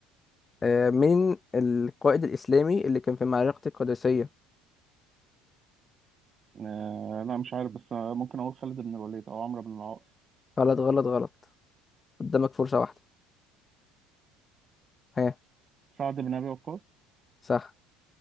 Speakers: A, on the left (about 20°); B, on the right (about 25°).
A: آه مين القائد الإسلامي اللي كان في معركة القادسية؟
B: آه لا مش عارف بس آه، ممكن اقول خالد بن الوليد او عمرو بن العاص
A: غلط غلط غلط قدامك فرصة واحدة ها
B: سعد بن ابي وقاص
A: صح